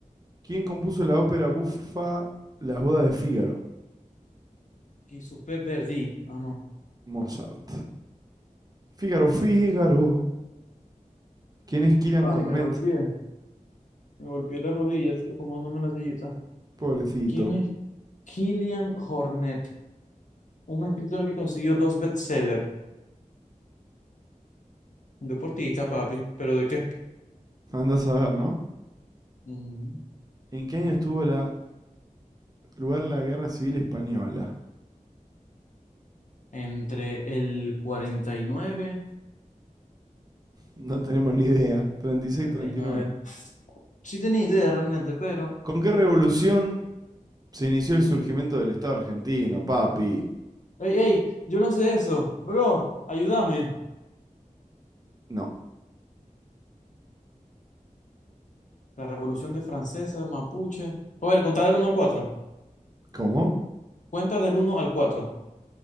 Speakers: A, on the right; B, on the left.
A: ¿Quién compuso la ópera bufa Las bodas de Fígaro?
B: Y su pez perdí. Ah, no.
A: Mozart. Fígaro, Fígaro. ¿Quién es Kiran
B: Ay,
A: Cornet?
B: me golpeé. Me golpeé las rodillas, acomodando una sillita.
A: Pobrecito.
B: ¿Quién es Killian Hornet? Un escritor que consiguió dos bestsellers. Un deportista, papi. ¿Pero de qué?
A: Andás a ver, ¿no?
B: Ujú.
A: ¿En qué año estuvo la, lugar la Guerra Civil Española?
B: Entre el 49,
A: No tenemos ni idea. treinta treinta y seis
B: 39.
A: treinta y nueve
B: Sí tenía idea realmente, pero...
A: ¿Con qué revolución se inició el surgimiento del Estado argentino, papi?
B: ¡Ey, ey! Yo no sé eso. Bro, ayúdame.
A: No.
B: La Revolución de Francesa, Mapuche. a ver, contá del uno al 4.
A: ¿Cómo?
B: Cuenta del uno al cuatro.